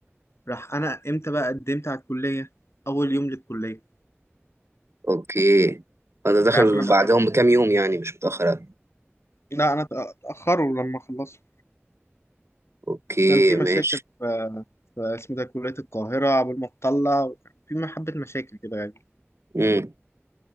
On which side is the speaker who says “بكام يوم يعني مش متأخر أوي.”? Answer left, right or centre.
Right